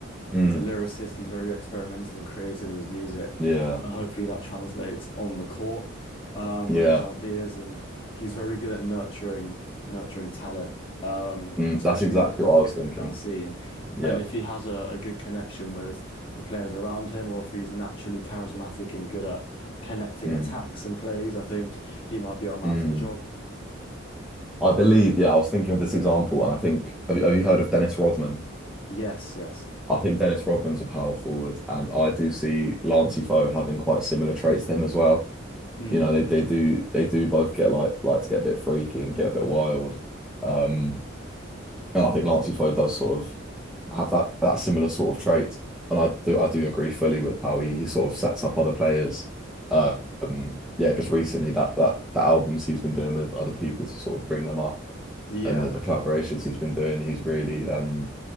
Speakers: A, in the centre; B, on the left (about 25°).
A: Mm.
B: He's a lyricist. He's very experimental and creative with his music,
A: Yeah,
B: and hopefully that translates on the court um,
A: yeah.
B: with his ideas. And he's very good at nurturing nurturing talent, um,
A: Mm,
B: especially
A: that's exactly
B: in the UK
A: what I was thinking.
B: underground scene.
A: Yeah.
B: And if he has a, a good connection with the players around him, or if he's naturally charismatic and good at connecting
A: Mm,
B: attacks and plays, I think he might be our man
A: mm.
B: for the job.
A: I believe, yeah, I was thinking of this example, and I think, have you, have you heard of Dennis Rodman?
B: Yes, yes.
A: I think Dennis Rodman's a power forward, and I do see Lancey Foe having quite similar traits to him as well.
B: Mm.
A: You know, they, they do they do both get like like to get a bit freaky and get a bit wild. Um, and I think Lancey Foe does sort of have that that similar sort of trait. And I do I do agree fully with how he, he sort of sets up other players. Uh, um, yeah, just recently that that the albums he's been doing with other people to sort of bring them up
B: Yeah,
A: and the, the collaborations he's been doing, he's really um